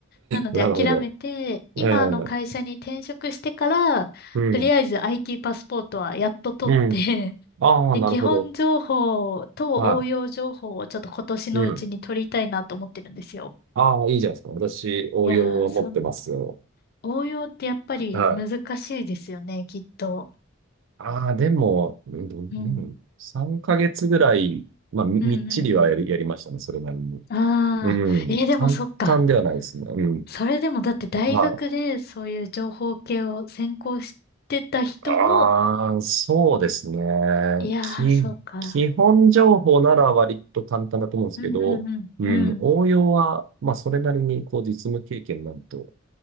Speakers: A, on the left (about 50°); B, on the right (about 65°).
A: なので諦めて、
B: なるほど。
A: 今の会社に転職してから、
B: ええ、うん。
A: とりあえず IT パスポートはやっと取って、
B: うん。ああ、
A: <laughs> で、
B: なるほど。
A: 基本情報と応用情報をちょっと今年のうちに取りたいなと思ってるんですよ。
B: はい。うん。ああ、いいじゃないですか。私、応用は持ってますよ。
A: いやー、そう、応用ってやっぱり難しいですよね、
B: はい。
A: きっと。
B: ああ、でも、うんどううん3ヶ月ぐらい、
A: うん。
B: まあ、みみっちりはやり、
A: うんうん
B: やりましたね。それなりに。
A: うん。ああ、
B: うん。
A: えーでもそっか。
B: 簡単ではないですね。うん。
A: それでもだって大学でそういう情報系を専攻してた人も、
B: はいああ、そうですね。
A: いやー、
B: き、
A: そうか。
B: 基本情報なら割と簡単だと思うんですけど、
A: うんうんうん。
B: うん、
A: うん。
B: 応用は、まあ、それなりに、こう、実務経験なんと